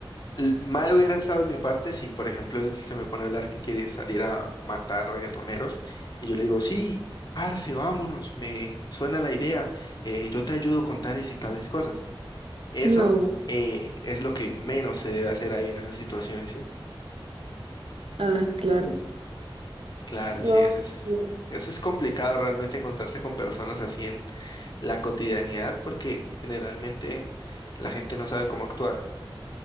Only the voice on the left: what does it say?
l- mal hubiera estado en mi parte si, por ejemplo, él se me pone a hablar que quiere salir a matar reggaetoneros y yo le digo, sí, parce, vámonos, me suena la idea, eh, yo te ayudo con tales y tales cosas. Eso
eh, es lo que menos se debe hacer ahí en esas situaciones, ¿sí?
Claro,
sí, eso es,
eso es complicado realmente encontrarse con personas así en la cotidianidad porque generalmente la gente no sabe cómo actuar.